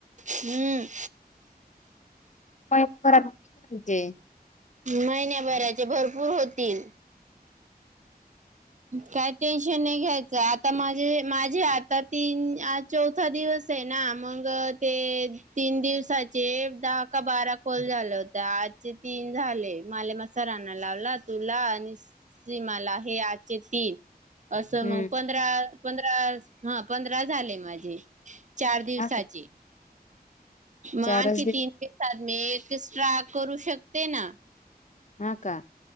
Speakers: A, on the right (about 50°); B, on the left (about 50°).
A: हम्म.
B: <inaudible>
A: महिन्याभराचे भरपूर होतील. काय टेन्शन नाही घ्यायचं. आता माझे माझे आता तीन आज चौथा दिवस. ना, मग ते तीन दिवसाचे दहा का बारा काँल झाला होता- आजचे तीन झाले. माले म सराना लावला तुला आणी सीमाला हे आजचे तीन, असं
B: हम्म
A: मग पंधरा, पंधरा हा पंधरा झाले माझे. चार दिवसाची.
B: हा का
A: मग
B: चारच
A: आणखी
B: दिवस
A: तीन दिवसात मी एकस्ट्रा करू शकते ना.
B: हा का?